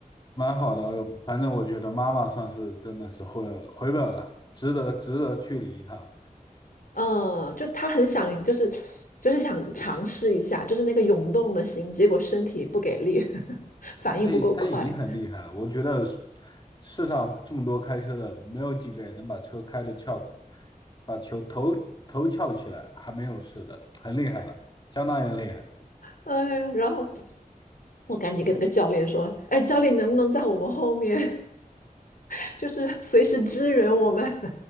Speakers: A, on the left; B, on the left.
A: 蛮好的。反正我觉得妈妈算是真的是回回本了，值得值得去了一趟。
B: 嗯，就他很想就是就是想尝试一下，就是那个涌动的心，结果身体不给力，<laughs> 反应不够快。
A: 哎，她已经很厉害了。我觉得世世上这么多开车的，没有几个人能把车开的翘，把球头头翘起来，还没有事的，很厉害了，相当于厉害。
B: 哎呀，然后我赶紧跟那个教练说：“哎，教练能不能在我们后面，<laughs> 就是随时支援我们？”